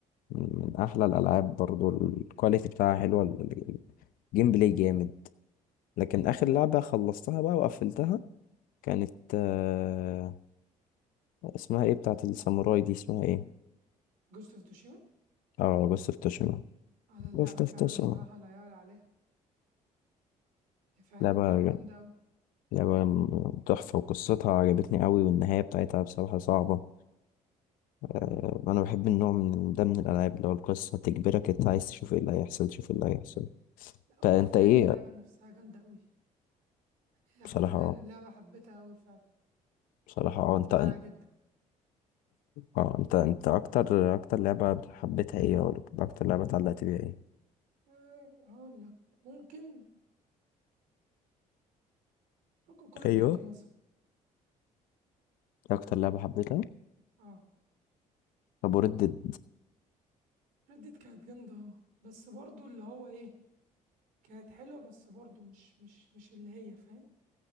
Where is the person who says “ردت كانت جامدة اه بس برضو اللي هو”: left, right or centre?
Right